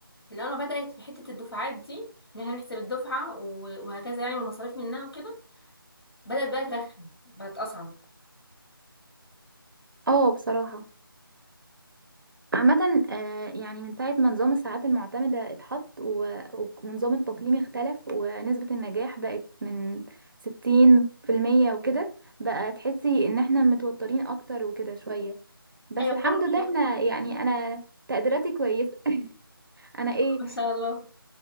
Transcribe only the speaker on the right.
اه بصراحه عامه آه، يعني من ساعه ما نظام الساعات المعتمده اتحط و- ونظام التقييم اختلف ونسبه النجاح بقت من 60% وكده بقى تحسي ان احنا متوترين اكتر وكده شويه بس
الحمد
لله
احنا
يعني انا تقديراتي كويسه <laughs> انا ايه